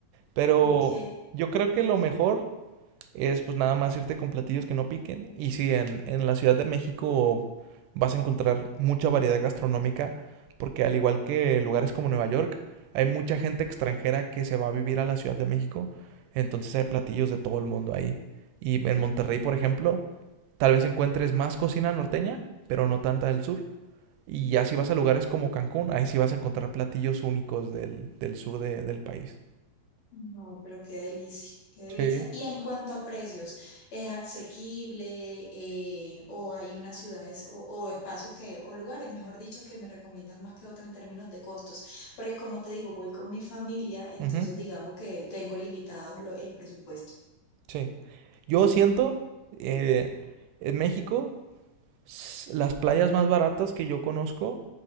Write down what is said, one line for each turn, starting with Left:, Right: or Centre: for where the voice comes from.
Right: Pero
Left: Ok,
Right: yo creo que lo mejor es pues nada más irte con platillos que no piquen. Y sí, en, en la Ciudad de México vas a encontrar mucha variedad gastronómica, porque al igual que lugares como Nueva York, hay mucha gente extranjera que se va a vivir a la Ciudad de México, entonces hay platillos de todo el mundo ahí. Y en Monterrey, por ejemplo, tal vez encuentres más cocina norteña, pero no tanta del sur. Y ya si vas a lugares como Cancún, ahí sí vas a encontrar platillos únicos del, del sur de- del país.
Left: No, pero qué delicia, qué delicia.
Right: Sí.
Left: Y en cuanto a precios, ¿es asequible eh, o hay unas ciudades o, o espacios que, o lugares, mejor dicho, que me recomiendan más que otro en términos de costos? Porque como te digo, voy con mi familia, entonces
Right: Ujú,
Left: digamos que tengo limitado lo- el presupuesto.
Right: Sí. Yo siento, eh, en México, s- las playas más baratas que yo conozco